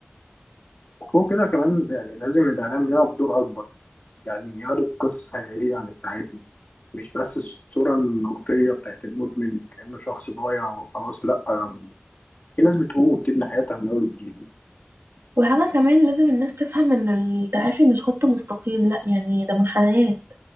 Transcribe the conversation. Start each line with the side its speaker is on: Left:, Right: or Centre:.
Left: وكده كمان يعني لازم الإعلام يلعب دور أكبر يعني يعرض قصص حقيقية عن التعافي مش بس الصورة النمطية بتاعت المدمن كأنه شخص ضايع وخلاص لأ أم، في ناس بتقوم وبتبني حياتها من أول وجديد
Right: وحاجة كمان لازم الناس تفهم إن التعافي مش خط مستقيم لأ يعني ده منحنيات